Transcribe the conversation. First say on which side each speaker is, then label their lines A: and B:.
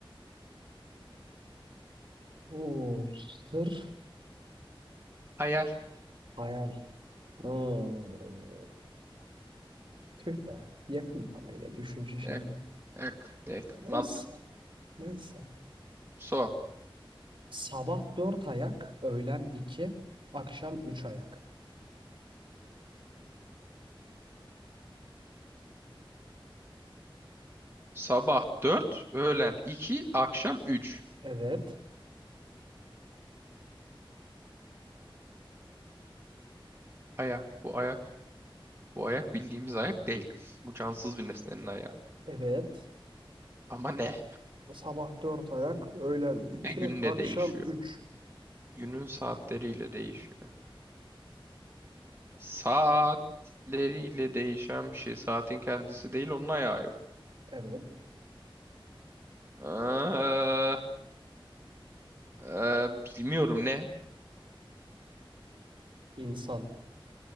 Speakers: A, on the right (about 60°); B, on the right (about 25°).
A: Oo, sır,
B: Hayal.
A: hayal. Hmm. Tüh be. Yakında ama yine düşünce şeyi.
B: Yak, yak, yak.
A: Neyse.
B: Mantık.
A: Neyse.
B: So.
A: Sabah dört ayak, öğlen iki, akşam üç ayak.
B: Sabah 4, öğlen 2, akşam 3.
A: Evet.
B: Ayak. Bu ayak. Bu ayak bildiğimiz ayak değil. Bu cansız bir nesnenin ayağı.
A: Evet.
B: Ama ne?
A: Sabah dört ayak, öğlen iki,
B: Ve günle
A: akşam
B: değişiyor.
A: üç.
B: Günün saatleriyle değişiyor. Saatleriyle değişen bir şey. Saatin kendisi değil, onun ayağı yok.
A: Evet.
B: Ee, e, bilmiyorum ne?
A: İnsan.